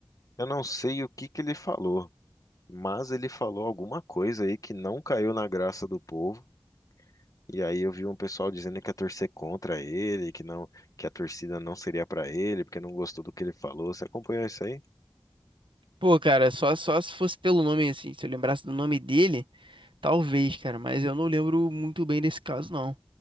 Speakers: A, on the left; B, on the right.
A: eu não sei o que que ele falou. Mas ele falou alguma coisa aí que não caiu na graça do povo. E aí eu vi um pessoal dizendo que ia torcer contra ele, que não, que a torcida não seria pra ele, porque não gostou do que ele falou. Você acompanhou isso aí?
B: Pô, cara, só, só se fosse pelo nome, assim, se eu lembrasse do nome dele, talvez, cara, mas eu não lembro muito bem desse caso, não.